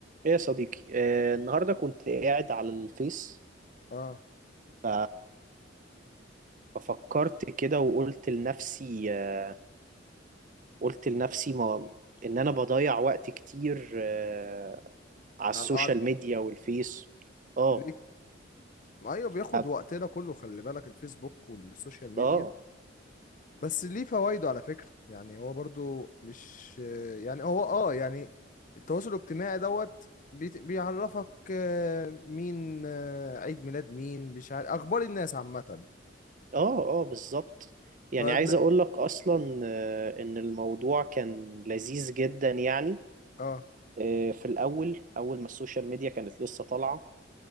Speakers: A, on the right; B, on the left.
A: ايه يا صديقي آه، النهارده كنت قاعد على الفيس
B: اه
A: ف... ففكرت كده وقلت لنفسي آه، قلت لنفسي ما... ان انا بضيع وقت كتير آه، على السوشيال
B: على القعدة السوشيال
A: ميديا والفيس اه
B: ميديا ليك ايوه بياخد
A: ف-
B: وقتنا كله خلي بالك الفيسبوك والسوشيال ميديا
A: اه
B: بس ليه فوائده على فكرة يعني هو برضو مش آه، يعني هو اه يعني التواصل الاجتماعي دوت بيت- بيعرفك آه، مين آه، عيد ميلاد مين مش عارف اخبار الناس عامة
A: اه اه بالظبط يعني
B: فد
A: عايز
B: يعني
A: اقول
B: عايز
A: لك اصلا آه، ان الموضوع كان لذيذ جدا يعني
B: اه
A: آه، في الاول اول ما السوشيال ميديا كانت لسه طالعة